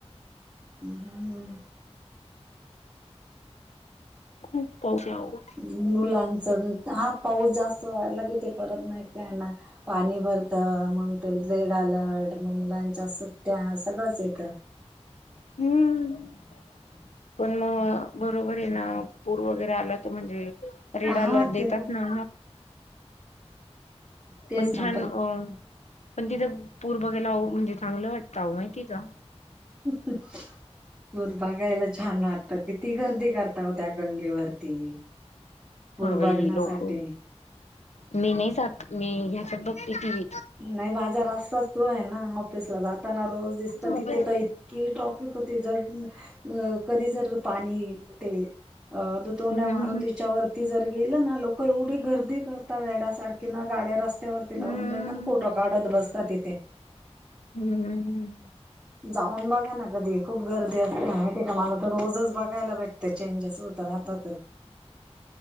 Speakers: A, in the centre; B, on the left.
A: हम्म.
B: खूप पाहस आहे.
A: मुलांच हा पाऊस जास्त वाढला की, ते परत नाही काय नाही. पाणी भरत, मग ते रेड अलर्ट मग मुलांच्या सुट्ट्या, सगळंच येतं.
B: हम्म पण मग बरोबर आहे ना पूर वगैरे आला तर म्हणजे. रेड अलर्ट
A: हा
B: देतात
A: ते पण
B: ना,
A: तेच
B: पण
A: ना
B: छान अ पण तिथं पूर बघायला म्हणजे चांगलं वाटतं माहिती का?
A: बरोबर बघायला छान वाटत, किती गर्दी करता हो त्या गंगेवरती पूर
B: हा बाई
A: बघण्या
B: लोक
A: साठी
B: मी नाही जात मी ह्याच्यात बघते ती व्
A: नाही माझा रस्ताच तो आहे ना ऑफिसला जाताना रोज दिसत
B: मोबाईल
A: तिथे तर इतकी जर टॉपिक होते जर कधी जर पाणी ते तोंड्या
B: हम्म
A: मारुतीच्या वरती जर गेलं ना एवढी गर्दी करतात वेड्यासारखी गाड्या रस्त त्या ववरती लावून
B: हम्म
A: देत आणि फोटो काढत बसतात इथे.
B: हम्म हम्म हम्म
A: जाऊन बघा ना कधी खूप गर्दी असते माहिती आहे का मला तर रोजच बघायला भेट ते चेंजेस होत राहतात